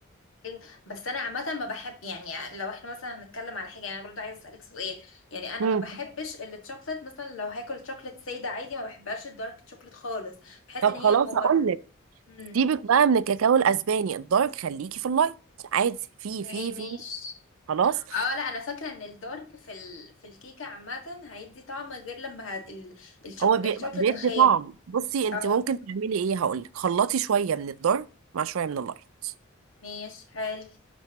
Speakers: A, on the left; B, on the right.
A: أوكي. بس انا عامه ما بحب يعني لو احنا مثلا هنتكلم على حاجه يعني انا برضو عايزه اسالك سؤال يعني انا
B: مم.
A: ما بحبش الشوكليت مثلا لو هاكل شوكليت ساده عادي ما بحبهاش الدارك شوكليت خالص بحس
B: طب
A: ان هي
B: خلاص
A: ممر
B: هقول لك
A: امم
B: سيبك بقى من الكاكاو الاسباني الدارك خليكي في اللايت عادي في
A: اوكي
B: في في
A: ماشي
B: خلاص
A: اه لا انا فاكره ان الدارك في ال... في الكيكه عامه هيدي طعم غير لما هت... ال... الشوك...
B: هو بي-
A: الشوكليت
B: بيدي
A: الخام
B: طعم بصي انت
A: اه
B: ممكن تعملي ايه هقول لك خلطي شويه من الدارك مع شويه من اللايت
A: ماشي حلو